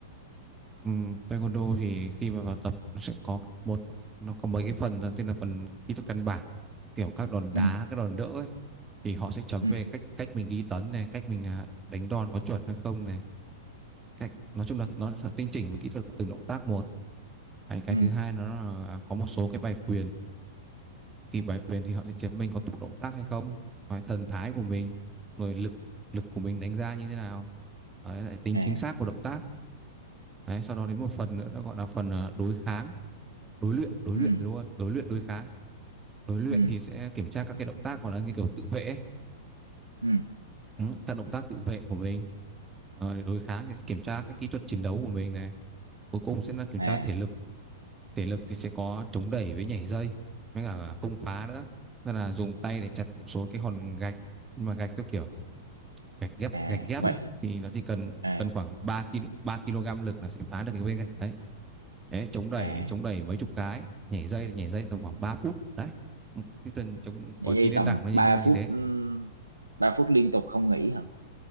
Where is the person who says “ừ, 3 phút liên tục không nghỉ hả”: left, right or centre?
Right